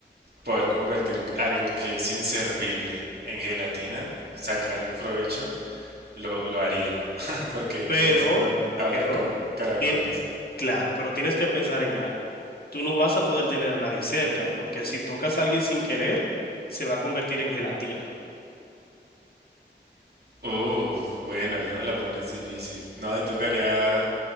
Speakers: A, on the right; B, on the left.
A: poder convertir algo que es inservible en gelatina, sacarle el provecho, lo, lo haría. <laughs> Porque,
B: Pero,
A: ¿qué me sirve a mí hablar
B: pero,
A: con caracoles?
B: tien- Claro, pero tienes que pensar en algo. Tú no vas a poder tener a nadie cerca, porque si tocas a alguien sin querer, se va a convertir en gelatina.
A: Uf, bueno, ahí ya me la pones difícil. No, ahí tocaría